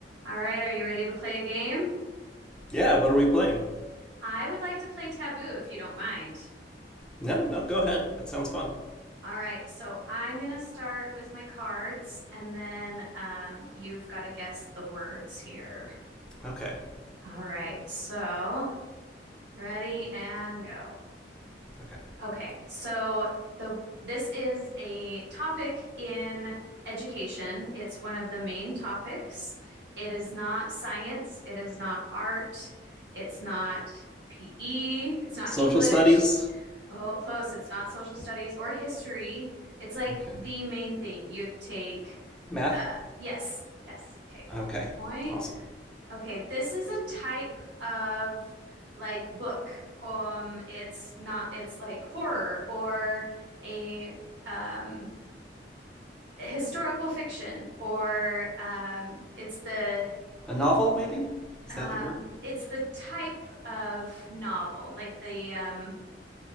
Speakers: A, on the right; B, in the centre.
A: All right, are you ready to play a game?
B: Yeah, what are we playing?
A: I would like to play Taboo if you don't mind.
B: No, no, go ahead. That sounds fun.
A: All right, so I'm going to start with my cards and then um, you've got to guess the words here.
B: Okay.
A: All right, so ready and go.
B: Okay.
A: Okay, so the this is a topic in education. It's one of the main topics. It is not science, it is not art, it's not PE, it's not
B: Social
A: English.
B: studies.
A: Oh, close. It's not social studies or history. It's like
B: Okay.
A: the main thing you take.
B: Math.
A: Uh, yes, yes. Okay,
B: Okay.
A: one point.
B: Awesome.
A: Okay, this is a type of like book. Um, it's not, it's like horror or a um historical fiction or um it's the
B: A novel, maybe? Is
A: um
B: that the word?
A: it's the type of novel, like the um